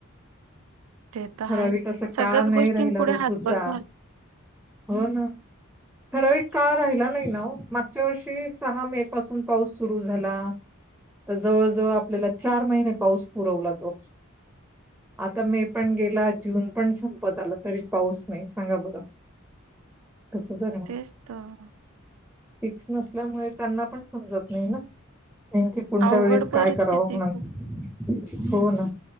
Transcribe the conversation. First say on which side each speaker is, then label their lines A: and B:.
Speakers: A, on the right; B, in the centre.
A: ते तर
B: ठरावीक
A: आहे.
B: अस
A: सगळ्याच
B: काळ नाही
A: गोष्टींपुढे
B: राहिला ऋतूचा
A: हातबल झालं.
B: हो ना. ठरावीक काळ राहिला नाही नाओ मागच्या वर्षी सहा मे पासून पाऊस सुरू झाला. तर जवळजवळ आपल्याला चार महिने पाऊस पुरवला तो आता मे. पण गेला जून पण संपत आला तरी पाऊस नाही, सांगा बरं. कसं जगणार?
A: तेच तर.
B: फिक्स नसल्यामुळे त्यांना पण समजत नाही ना. नेमकी कोणत्या
A: अवघड
B: वेळेस काय
A: परिस्थिती
B: करावं म्हणून.
A: खूप.
B: हो ना